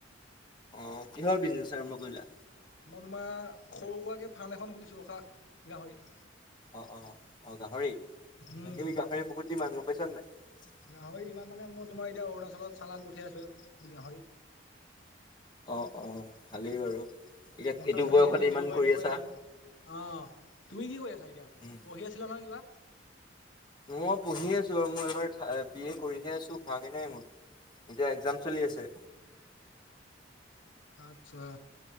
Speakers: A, on the left (about 25°); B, on the left (about 85°).
A: অ কিহৰ বিজনেচ আৰম্ভ কৰিলা?
B: মই তোমাৰ সৰু সুৰাকে ফাৰ্ম এখন খুলিছোঁ ৰখা গাহৰি।
A: অ অ অ গাহৰি আজি
B: উম
A: কালি গাহৰি বহুত দিমান গম পাইছা নাই
B: গাহৰি ইমান মানে মই তোমাৰ এতিয়া অৰুণাচলত চালান পঠিয়াই আছোঁ গাহৰি
A: অ অ ভালেই বাৰু এতিয়া
B: পঞ্চাশ,
A: এইটো
B: ষাঠি
A: বয়সতে
B: কেজি
A: ইমান
B: দেওবাৰে
A: কৰি
B: দেওবাৰে
A: আছা।
B: যায় মোৰ অ তুমি কি কৰি আছা এতিয়া
A: উম।
B: পঢ়ি আছিলা নহয় কিবা।
A: মই পঢ়ি আছো বাৰু মোৰ এইবাৰ বি এ কৰিহে আছো হোৱাগে নাই মোৰ এতিয়া এক্জাম চলি আছে।
B: আচ্ছা